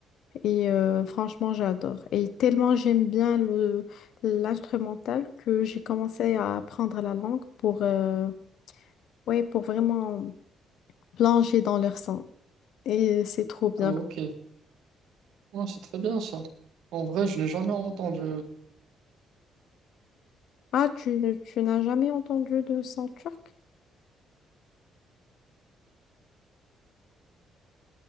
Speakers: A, on the left; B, on the right.
A: Et euh, franchement, j'adore. Et tellement j'aime bien le l'instrumental que j'ai commencé à apprendre la langue pour, euh, ouais, pour vraiment plonger dans leur son. Et c'est trop bien.
B: Ah, ok. Ah, c'est très bien ça. En vrai, je n'ai jamais entendu.
A: Ah, tu, ne- tu n'as jamais entendu de son turc?